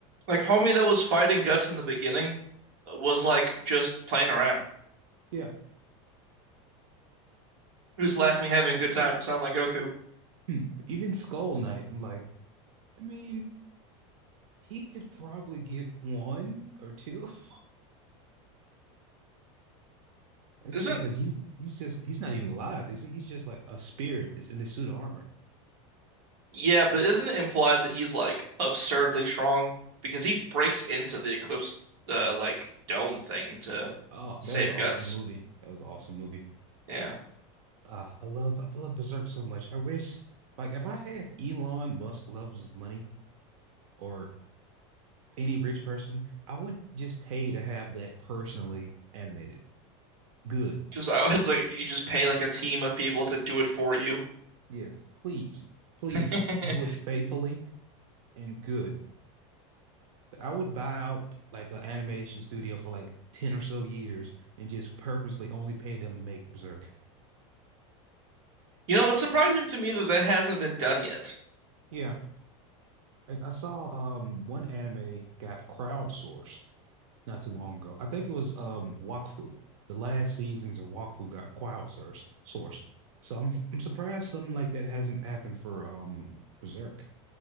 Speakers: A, on the right; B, on the right.
A: like homie that was fighting Guts in the beginning was like just playing around.
B: Yeah.
A: He
B: Even
A: was laughing,
B: um,
A: having a good time,
B: e-
A: sound like Goku.
B: hmm, even Skull Knight. I'm like, I mean, he could probably get one or two. <laughs> It's
A: Isn't
B: just because he's he's just he's not even alive, is he? He's just like a spirit that's in a suit of armor.
A: Yeah, but isn't it implied that he's like absurdly strong? Because he breaks into the Eclipse uh, like dome thing to
B: Oh,
A: save
B: that was an
A: Guts.
B: awesome movie. That was an awesome movie.
A: Yeah.
B: Uh, I love I love Berserk so much. I wish like if I had Elon Musk levels of money. or any rich person, I would just pay to have that personally animated. Good.
A: Just I <laughs> it's like you just pay like a team of people to do it for you.
B: Yes. Please, please
A: <laughs>
B: do it faithfully and good. I would buy out like an animation studio for like 10 or so years and just purposely only pay them to make Berserk.
A: You know, it's surprising to me that that hasn't been done yet.
B: Yeah. Like I saw um one anime got crowdsourced not too long ago. I think it was um Wakfu. The last seasons of Wakfu got crowd source sourced. So I'm I'm surprised something like that hasn't happened for um Berserk